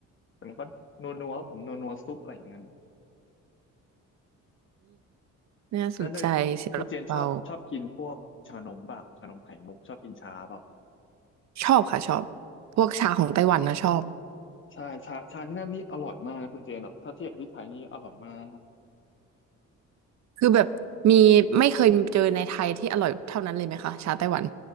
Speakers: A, on the left; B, on the right.
A: แต่มันก็นัวๆผมนัวๆซุปอะไรอย่างนั้น
B: น่าสนใจเสี่ยวหลงเปา
A: นั่นด้วยคุณเจนชอบชอบกินพวกชานมเปล่าชานมไข่มุกชอบกินชาเปล่า
B: ชอบค่ะชอบพวกชาของไต้หวันนะชอบ
A: ใช่ชาชาที่นั่นนี่อร่อยมากนะคุณเจนแบบถ้าเทียบกับที่ไทยนี่อร่อยมาก
B: คือแบบมีไม่เคยเจอในไทยที่อร่อยเท่านั้นเลยไหมคะชาไต้หวัน